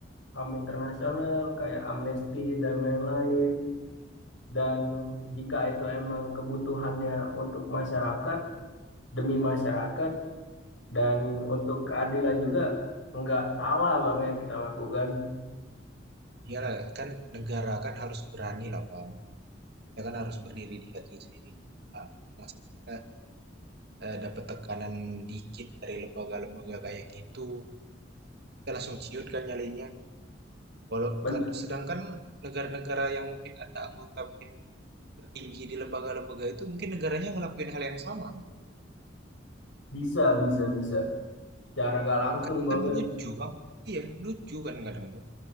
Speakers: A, on the left (about 80°); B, on the right (about 60°).
A: HAM internasional kayak Amnesty dan lain-lain. Dan jika itu emang kebutuhannya untuk masyarakat, demi masyarakat, dan untuk keadilan juga nggak salah bang ya kita lakukan.
B: Iyalah kan negara kan harus berani lah Bang. Kita kan harus berdiri di kaki sendiri juga. Masa kita, eee, dapat tekanan dikit dari lembaga-lembaga kayak gitu kita langsung ciut kan nyalinya. Walau
A: Benar,
B: kad- sedangkan negara-negara yang mungkin ada anggota mungkin tertinggi di lembaga-lembaga itu mungkin negaranya ngelakuin hal yang sama gitu.
A: bisa, bisa, bisa. Secara nggak langsung
B: Kan,
A: bang
B: kan
A: ya.
B: lucu bang, iya lucu kan kadang tuh.